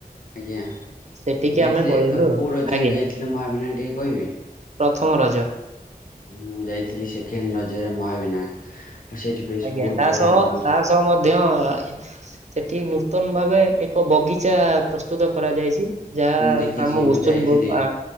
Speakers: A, on the left; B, on the right.
A: ଆଜ୍ଞା
B: ସେଠିକି
A: ଯାଇଥିଲେ
B: ଆମେ ପଳେଇଲୁ
A: ତମେ
B: ଆଉ
A: କୋଉ ରଜ୍ୟରେ
B: ଆଜ୍ଞା
A: ଯାଇଥିଲେ ମହାବିନାୟକ ଟିକେ କହିଵେ?
B: ପ୍ରଥମ ରଜ
A: ମୁଁ ଯାଇଥିଲି ସେକେଣ୍ଡ ରଜରେ ମହାବିନାୟକ ସେଇଠି ବେଶ
B: ଆଜ୍ଞା
A: ବହୁତ
B: ତା
A: ବଢିଆ
B: ସହ
A: ହୁଁ
B: ତା ସହ ମଧ୍ୟ ଠିକ ନୂତନ ଭାବେ ଏକ ବଗିଚା ପ୍ରସ୍ତୁତ। କରାଯାଇଛି ଯାହା
A: ଦେଖିଛି
B: ନାମ
A: ମୁଁ
B: ଭୁସଣ୍ଡପୁର।
A: ଯାଇଥିଲି।